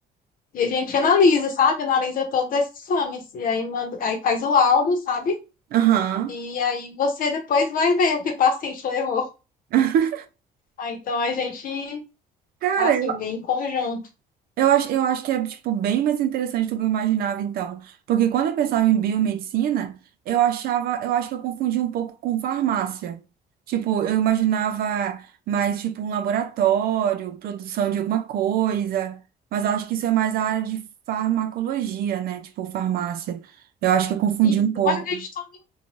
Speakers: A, on the left; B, on the right.
A: E a gente analisa, sabe? Analisa todos esses exames. E aí, manda, aí faz o laudo, sabe?
B: Aham.
A: E aí você depois vai ver o que o paciente levou.
B: <laughs>
A: Ah, então a gente,
B: Cara,
A: assim, vem em conjunto.
B: Eu acho, eu acho que é, tipo, bem mais interessante do que eu imaginava, então. Porque quando eu pensava em biomedicina, eu achava, eu acho que eu confundia um pouco com farmácia. Tipo, eu imaginava mais, tipo, um laboratório, produção de alguma coisa. Mas eu acho que isso é mais a área de farmacologia, né? Tipo, farmácia. Eu acho que eu confundi
A: E,
B: um pouco.
A: mas a gente também,